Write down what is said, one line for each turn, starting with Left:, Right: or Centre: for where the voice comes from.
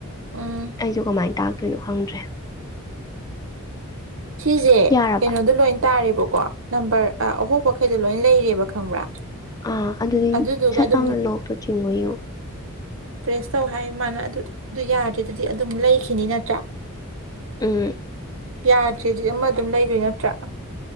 Right: ꯎꯝ
Left: ꯑꯩꯁꯨ ꯀꯃꯥꯏꯅ ꯇꯥꯛꯇꯣꯏꯅꯣ ꯈꯪꯗ꯭ꯔꯦ
Right: ꯁꯤꯁꯦ
Left: ꯌꯥꯔꯕ
Right: ꯀꯩꯅꯣꯗꯣ ꯂꯣꯏ ꯇꯥꯔꯦꯕꯀꯣ ꯅꯝꯕꯔ ꯑ ꯑꯍꯣꯄꯈꯩꯗ ꯂꯣꯏ ꯂꯩꯔꯦꯕ ꯈꯪꯕ꯭ꯔꯥ
Left: ꯑꯥ ꯑꯗꯨꯗꯤ
Right: ꯑꯗꯨꯗꯨꯒ
Left: ꯁꯠ
Right: ꯑꯗꯨꯝ
Left: ꯂꯥꯎꯅ ꯂꯣꯛꯇꯣ ꯆꯤꯡꯕꯌꯨ
Right: ꯄ꯭ꯔꯦꯁ ꯇꯧ ꯍꯥꯏ ꯃꯥꯅ ꯑꯗꯨ ꯑꯗꯨ ꯌꯥꯗ꯭ꯔꯦ ꯑꯗꯨꯗꯤ ꯑꯗꯨꯝ ꯂꯩꯈꯤꯅꯤ ꯅꯠꯇ꯭ꯔꯥ
Left: ꯎꯝ
Right: ꯌꯥꯗ ꯁꯤꯗꯤ ꯑꯃ ꯑꯗꯨꯝ ꯂꯩꯗꯣꯏ ꯅꯠꯇ꯭ꯔꯥ